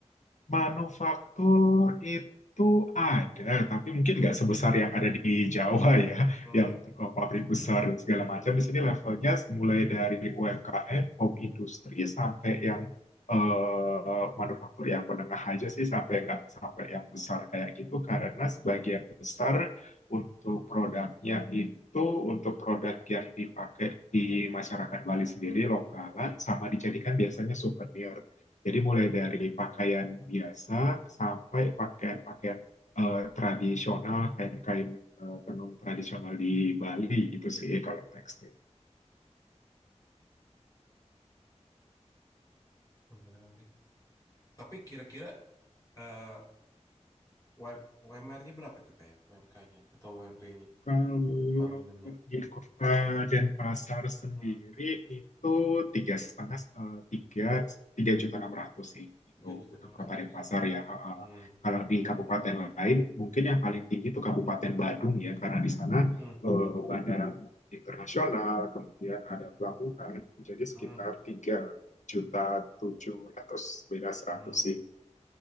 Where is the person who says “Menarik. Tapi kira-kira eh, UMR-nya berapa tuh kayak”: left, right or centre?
Left